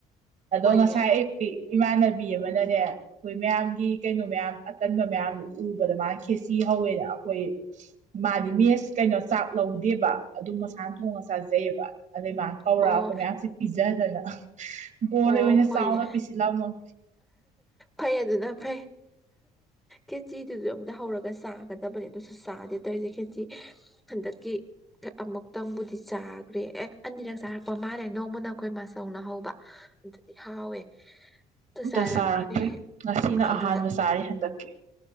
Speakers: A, on the right; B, in the centre.
A: ꯑꯗꯣ
B: ꯍꯣꯏꯅꯦ
A: ꯉꯁꯥꯏ ꯑꯌꯨꯛꯇꯤ ꯏꯃꯥꯟꯅꯕꯤ ꯑꯃꯅꯅꯦ ꯑꯈꯣꯏ ꯃꯌꯥꯝꯒꯤ ꯀꯩꯅꯣ ꯃꯌꯥꯝ ꯑꯇꯟꯕ ꯃꯌꯥꯝꯗꯨ ꯎꯕꯗ ꯃꯥꯅ ꯈꯦꯆꯤ ꯍꯧꯋꯦꯅ ꯑꯈꯣꯏ ꯃꯥꯗꯤ ꯃꯦꯁ ꯀꯩꯅꯣ ꯆꯥꯛ ꯂꯧꯗꯦꯕ ꯑꯗꯨꯝ ꯃꯁꯥꯟ ꯊꯣꯡꯉ ꯆꯥꯖꯩꯑꯕ ꯑꯗꯩ ꯃꯥ ꯀꯧꯔꯑ
B: ꯑꯣ
A: ꯑꯈꯣꯏ ꯃꯌꯥꯝꯁꯤ ꯄꯤꯖꯗꯅ ꯕꯣꯔ
B: ꯑꯣ
A: ꯑꯣꯏꯅ
B: ꯍꯣꯏꯅꯦ
A: ꯆꯥꯎꯅ ꯄꯤꯁꯤꯜꯂꯝꯃꯝ
B: ꯐꯩ ꯑꯗꯨꯅ ꯐꯩ ꯈꯦꯆꯤꯗꯨꯖꯨ ꯑꯝꯗ ꯍꯧꯔꯒ ꯆꯥꯒꯗꯕꯅꯦ ꯗꯨꯁꯨ ꯆꯥꯗꯦ ꯇꯧꯏꯖꯦ ꯈꯦꯆꯤ ꯍꯟꯗꯛꯀꯤ ꯈꯦ ꯑꯃꯨꯛꯇꯪꯕꯨꯗꯤ ꯆꯥꯒ꯭ꯔꯦ ꯑꯦ ꯑꯅꯤꯔꯛ ꯆꯥꯔꯛꯄ ꯃꯥꯜꯂꯦ ꯅꯣꯡꯃꯅ ꯑꯈꯣꯏ ꯃꯥꯆꯧꯅ ꯍꯧꯕ ꯑꯗꯨꯗꯤ ꯍꯥꯎꯋꯦ ꯑꯗꯨ
A: ꯑꯝꯇ
B: ꯆꯥꯔꯛꯈ꯭ꯔꯦ
A: ꯆꯥꯔꯛꯇ꯭ꯔꯤ ꯉꯁꯤꯅ
B: ꯑꯗꯨꯗ
A: ꯑꯍꯥꯟꯕ ꯆꯥꯔꯤ ꯍꯟꯗꯛꯀꯤ